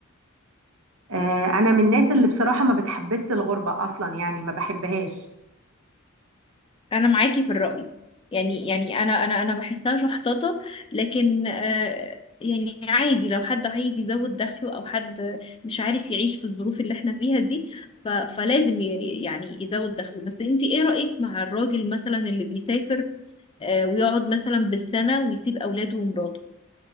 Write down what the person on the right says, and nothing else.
آه، انا من الناس اللي بصراحه ما بتحبس الغربه اصلا يعني ما بحبهاش